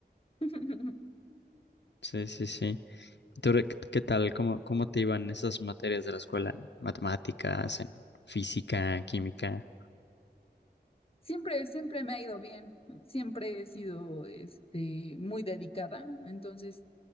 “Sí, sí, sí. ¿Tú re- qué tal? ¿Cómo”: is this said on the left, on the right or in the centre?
Left